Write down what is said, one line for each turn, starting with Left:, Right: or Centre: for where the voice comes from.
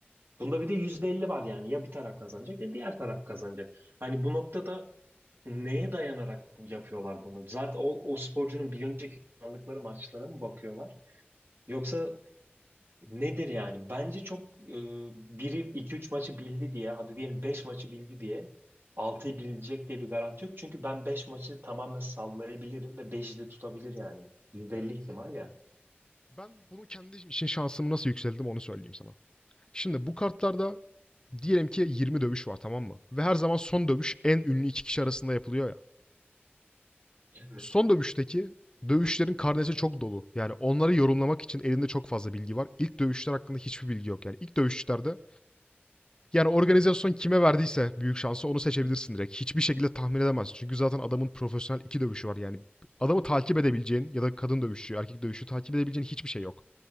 Right: Bunda bir de %50 var yani. Ya bir taraf kazanacak ya diğer taraf kazanacak. Hani bu noktada neye dayanarak yapıyorlar bunu? Zaten o, o sporcunun bir önceki kazandıkları maçlara mı bakıyorlar? Yoksa Nedir yani? Bence çok e, biri iki üç maçı bildi diye, hadi diyelim 5 maçı bildi diye 6'yı bilecek diye bir garanti yok. Çünkü ben 5 maçı tamamen sallayabilirim ve beşi de tutabilir yani. %50
Left: Evet.
Right: ihtimal ya.
Left: Ben bunu kendi için şansımı nasıl yükselttim onu söyleyeyim sana. Şimdi bu kartlarda diyelim ki 20 dövüş var tamam mı? Ve her zaman son dövüş en ünlü iki kişi arasında yapılıyor ya.
Right: Evet,
Left: Son dövüşteki dövüşlerin karnesi çok dolu. Yani onları yorumlamak için elinde çok fazla bilgi var. İlk dövüşler hakkında hiçbir bilgi yok. Yani ilk dövüşçülerde yani organizasyon kime verdiyse büyük şansı onu seçebilirsin direkt. Hiçbir şekilde tahmin edemezsin Çünkü zaten adamın profesyonel iki dövüşü var. Yani adamı takip edebileceğin ya da kadın dövüşü, erkek dövüşü takip edebileceğin hiçbir şey yok.